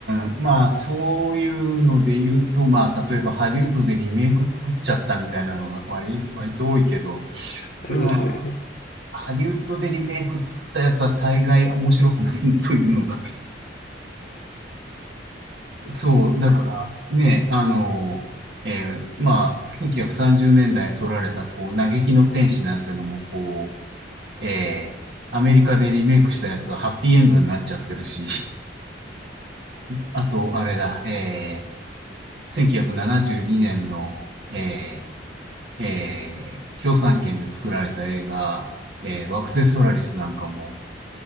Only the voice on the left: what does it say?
ありますね。